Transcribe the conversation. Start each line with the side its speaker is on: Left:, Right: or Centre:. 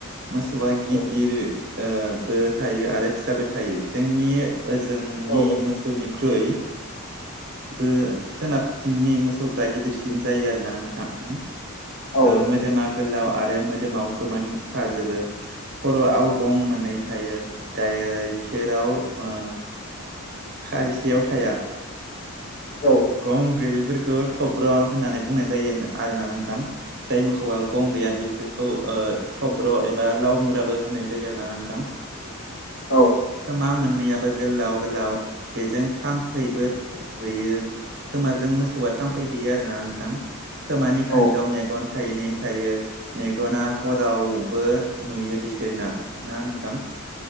Right: मोसौआ
Left: औ
Right: गिदिर बो थायो आरो फिसाबो थायो जोंनि ओ जोंनि
Left: औ
Right: मोसौनिख्रुइ बो सोनाबथिंनि मोसौफ्रा गिदिरसिन जायो आरोना नोंथां
Left: औ
Right: ओ मोदोमा गोलाव आरो मोदोमाव खोमोन थाजोबो। खर'आव गं मोननै थायो गाइखेराव ओ खायसेयाव थाया
Left: औ
Right: गं गैयैफोरखौ थब्र' होननानै बुंनाय जायो आरोना नोंथां जाय मोसौआ गं गैया बिसोरखौ थब्र' एबा लाव मुराबो होनाय जायो आरो ना नोंथां।
Left: औ
Right: खोमा मोननैयाबो गोलाव गोलाव बेजों थाम्फैबो हैयो खोमाजों मोसौआ थाम्फै हैयो आरोना नोंथां। खोमानि
Left: औ
Right: खाथियाव मेगन थायनै थायो मेगना हरावबो नुयो बिसोरना ना नोंथां